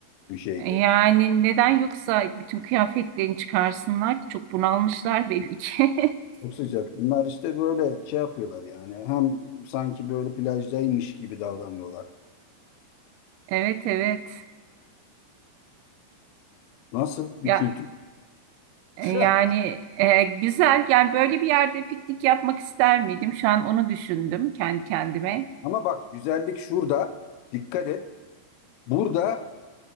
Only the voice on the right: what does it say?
E, Yani neden yoksa bütün kıyafetlerini çıkarsınlar ki çok bunalmışlar belli ki. <laughs>
Evet evet.
Ya
E,
Yani e, güzel. Yani böyle bir yerde piknik yapmak ister miydim? Şu an onu düşündüm kendi kendime.